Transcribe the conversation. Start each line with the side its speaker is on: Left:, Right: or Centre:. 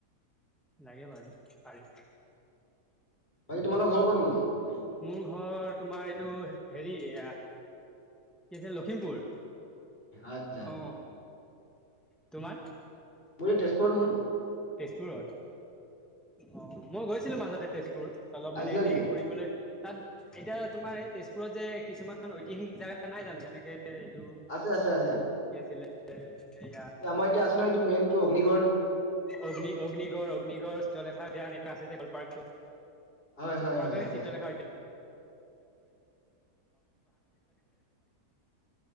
Centre: লাগে বাৰু পাৰি
Left: বাকী তোমালোকৰ ঘৰ ক'তনো হেৰি
Centre: মোৰ ঘৰ তোমাৰ এইটো হেৰি কি আছে লখিমপুৰ
Left: আচছা
Centre: অ তোমাৰ
Left: তে ক নি
Centre: তেজপুৰত অ মই গৈছিলো মাজতে তেজপুৰ অলপ
Left: আহিছিলা
Centre: মানে এনেই
Left: নেকি
Centre: ঘূৰিবলৈ তাত এতিয়া তোমাৰ এই তেজপুৰত যে কিছুমান ঐতিহাসিক জোগা নাই জানো যেনেকে এইটো
Left: আছে আছে আছে
Centre: কি আছিলে এয়া
Left: আমাৰ এতিয়া আছে নহয় এইটো মেইনতটো অগ্নিগড়
Centre: অগ্নি অগ্নিগড় অগ্নিগড়লেখা দান এইবিলা আছে যে কলপাৰ্কটোত
Left: হয় হয়
Centre: পাৰে
Left: হয় আছে
Centre: চিত্ৰ
Left: আছে
Centre: লখা হয়দ